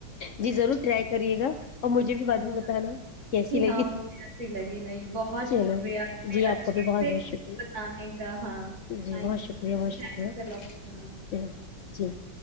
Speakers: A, on the left; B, on the right.
A: جی ضرور ٹرائی کریے گا اور
B: بالکل
A: مجھے بھی بعد
B: بالکل،
A: میں بتانا کیسی
B: کہ
A: لگی
B: ہاں وہ کیسی لگی نہیں بہت
A: چلو
B: شکریہ اتنے
A: جی آپ
B: اچھے
A: کا بھی بہت
B: سے
A: بہت شکریہ
B: بتانے کا ہاں تھینک
A: جی بہت
B: یو،
A: شکریہ بہت
B: تھینکس
A: شکریہ
B: ا لاٹ ہاں
A: چلو <inaudible>